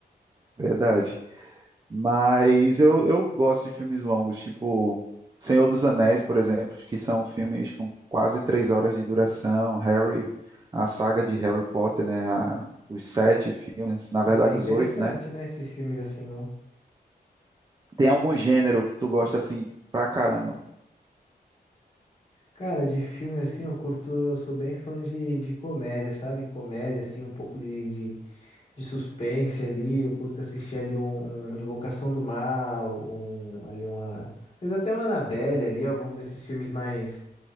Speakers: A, on the right; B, on the left.
A: Verdade. Mas eu, eu gosto de filmes longos, tipo Senhor dos Anéis, por exemplo, que são filmes com quase três horas de duração. Harry, a saga de Harry Potter, né? a- os sete filmes, na verdade
B: É bem interessante,
A: os oito, né?
B: né? Esses filmes assim, né?
A: Tem algum gênero que tu gosta assim pra caramba?
B: Cara, de filme assim, eu curto, eu sou bem fã de, de comédia, sabe? Comédia, assim, um pouco de, de de suspense ali, eu curto assistir ali um, um Invocação do Mal, um, ali uma, mas até uma Annabelle ali, algum desses filmes mais